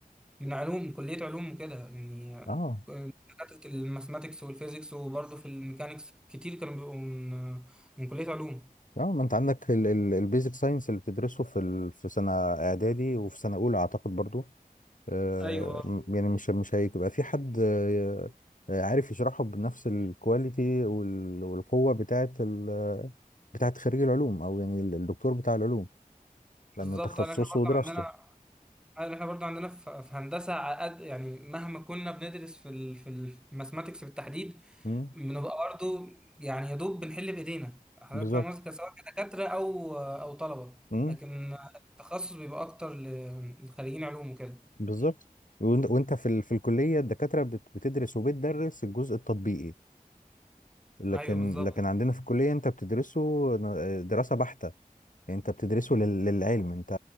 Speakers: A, in the centre; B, on the left (about 60°).
A: من علوم كليه علوم وكده يعني
B: اه
A: دكاتره الماثماتكس والفيزيكس وبرضه في الميكانيكس كتير كانوا بيبقوا من من كليه علوم
B: اه ما انت عندك البيزك ساينس اللي بتدرسه في ال- في سنه اعدادي وفي سنه اولى اعتقد برضو آه،
A: ايوه
B: م- يعني مش مش هيبقى في حد آه، آه، عارف يشرحه بنفس الكواليتي وال- والقوه بتاعت ال- بتاعت خريج العلوم او يعني الدكتور بتاع العلوم لأن
A: بالظبط
B: تخصصه
A: انا احنا برضه
B: ودراسته
A: عندنا أنا- احنا برضه عندنا في في هندسه عقد يعني مهما كنا بندرس في ال... في الماثماتكس بالتحديد
B: مم.
A: بنبقى برضو يعني يا دوب بنحل بايدينا حضرتك
B: بالظبط
A: فاهم قصدي سواء كدكاتره او او طلبه
B: مم.
A: لكن التخصص بيبقى اكتر ل- لخريجين علوم وكده
B: بالظبط وإن- وانت في ال... في الكلية الدكاترة بت... بتدرس وبتدرس الجزء التطبيقي لكن
A: ايوه بالظبط
B: لكن عندنا في الكلية انت بتدرسه ن- دراسة بحتة يعني انت بتدرسه لل... للعلم انت